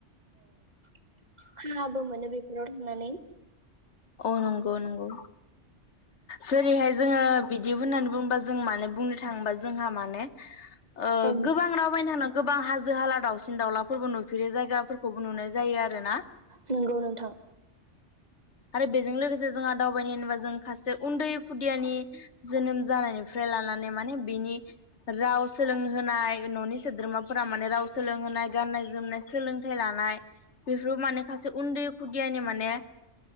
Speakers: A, on the right (about 35°); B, on the left (about 75°).
A: <unintelligible> <unintelligible> मोनो बेफोराव थांनानै।
B: औ नंगौ नंगौ जेरैहाय जोङो बिदि होननानै बुङोबा जों मानो बुंनो। थांबा जोंहा माने। ओ
A: औ
B: गोबां राव बायनो हानां गोबां हाजो हाला दावउसिन। सिन दावलाफोरबो नुफेरै जायगाफोर खौबो नुनाय जायो आरोना
A: नोंगौ नोंथां
B: आरो बेजों लोगोसे जोंहा दाउ <unintelligible> जे उन्दै खुदियानि जोनोम जानायनिफ्राय लानानै माने बेनि राव सोलोंहोनाय न'नि सोद्रोमाफोरा माने राव सोलोंहोनाय गाननाय जोमनाय सोलोंथाइ लानाय बेफोर माने खासे उन्दै खुदियानि माने